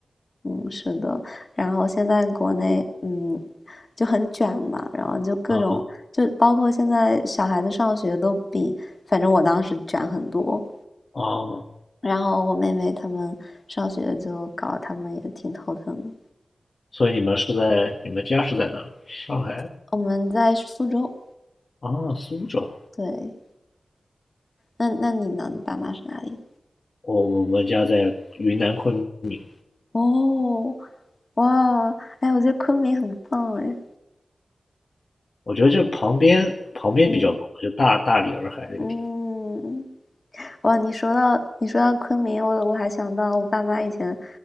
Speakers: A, on the left; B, on the left.
A: 嗯，是的。然后现在国内，嗯，就很卷嘛，然后就各种，
B: 啊
A: 就包括现在小孩子上学都比，反正我当时卷很多。
B: 哦，
A: 然后我妹妹他们上学就搞，他们也挺头疼的。
B: 所以你们是在你们家是在哪儿？上海
A: 我们在苏州，
B: 啊，苏州，
A: 对。那那你呢？你爸妈是哪里的？
B: 我我们家在云南昆明，
A: 哦，哇，哎，我觉得昆明很棒哎，
B: 我觉得这旁边旁边比较棒，
A: 嗯
B: 就大大理洱海这个地方。
A: 嗯，哇，你说到你说到昆明，我我还想到我爸妈以前，